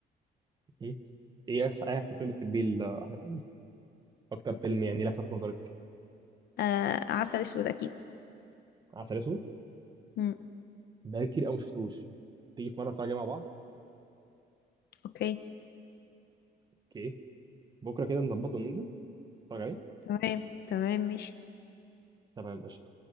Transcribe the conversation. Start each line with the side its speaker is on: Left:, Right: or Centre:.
Right: <laughs> م? ايه احسن إيه أحسن فيلم بتحبيه لاحمد حلمي اكتر فيلم يعني لفت نظرك
Left: آه، عسل اسود اكيد
Right: عسل اسود
Left: امم
Right: بقالي كتير قوي ما شفتوش تيجي في مره نتفرج عليه مع بعض
Left: اوكي
Right: اوكي بكره كده نظبطه وننزل نتفرج عليه
Left: تمام تمام ماشي
Right: تمام قشطه